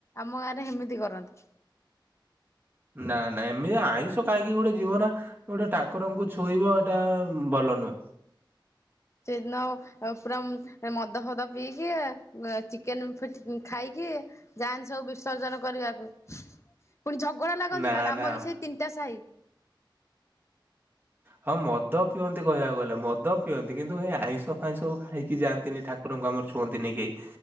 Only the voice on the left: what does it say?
ଆମ ଗାଁ ରେ ହେମିତି କରନ୍ତି।
ସେଦିନ ପୁରା ମଦ ଫଦ ପିଇକି ଚିକେନ ଫି ଖାଇକି? ଯାଆନ୍ତି ସବୁ ବିସର୍ଜନ କରିବାକୁ। ପୁଣି ଝଗଡା ଲାଗନ୍ତି
ଖାଲି ଆମର
ବି ସେଇ ତିନିଟା ସାହି।